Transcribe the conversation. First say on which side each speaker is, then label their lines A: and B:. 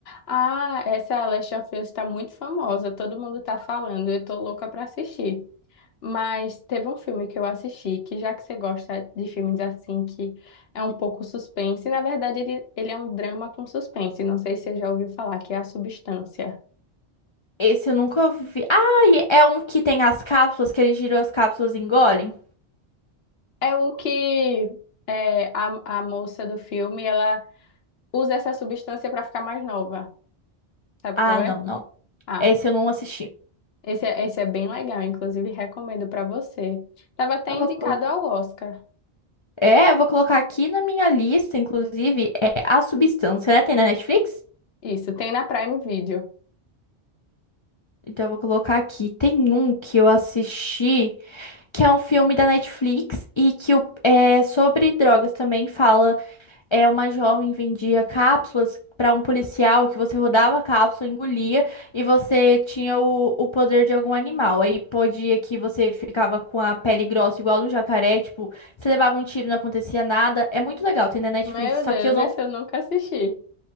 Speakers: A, on the left; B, on the left.
A: Ah, essa Last of Us tá muito famosa, todo mundo tá falando, eu tô louca pra assistir. Mas teve um filme que eu assisti, que já que você gosta de filmes assim, que é um pouco suspense, na verdade ele, ele é um drama com suspense, não sei se você já ouviu falar, que é A Substância.
B: Esse eu nunca vi. Ah, e é um que tem as cápsulas que eles giram as cápsulas e engolem.
A: É o que é, a, a moça do filme, ela usa essa substância para ficar mais nova. Sabe
B: Ah,
A: qual
B: não,
A: é?
B: não.
A: Ah,
B: Esse eu não assisti.
A: esse é, esse é bem legal, inclusive recomendo para você. Tava até
B: Eu
A: indicado
B: vou colocar.
A: ao Oscar.
B: É, eu vou colocar aqui na minha lista, inclusive, é A Substância, né? Tem na Netflix?
A: Isso, tem na Prime Video.
B: Então eu vou colocar aqui. Tem um que eu assisti, que é um filme da Netflix e que o- é sobre drogas também fala. É uma jovem vendia cápsulas para um policial que você rodava a cápsula, engolia e você tinha o, o poder de algum animal. Aí podia que você ficava com a pele grossa igual a um jacaré, tipo, você levava um tiro e não acontecia nada. É muito legal, tem na Netflix,
A: Meu
B: só
A: Deus,
B: que eu não
A: esse eu nunca assisti.